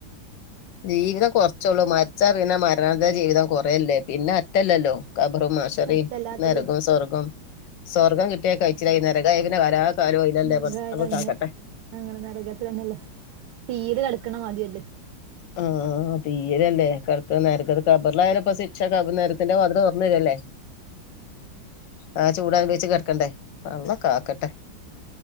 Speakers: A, on the left; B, on the right.
A: ജീവിതം കുറച്ചുള്ളൂ മരിച്ചാ പിന്നെ മരണ ജീവിതം കുറേല്ലേ പിന്നെ അറ്റല്ലല്ലോ കഖബറും മഹ്ഷ ത്രയും
B: അടുത്തല്ലാത്ത
A: നരകും
B: ജി
A: സ്വർഗം സ്വർഗം കിട്ടിയാ കയിച്ചിലായി
B: അങ്ങനൊക്കെ
A: നേരകാ യി പിന്നെ കാലാ കാലോ ആയിലല്ലേ
B: നരകായ
A: പടച്ച റബ്ബ് കാക്കട്ടെ
B: പിന്നെ അങ്ങനെ നരകത്തില ന്നെല്ലേ തീയില് കളിക്ക്ണ മാതിരി അല്ലേ
A: ആഹ തീരല്ലേ കിടക്ക് നരകത്തിലായാൽ കബറിലായാലപ്പോ ശിക്ഷ നരഗത്തിന്റെ വാതില് തുറന്നരല്ലേ ആഹ് ചൂടനുബവിച്ച് കെടക്കണ്ടേ അള്ളാ കാക്കട്ടെ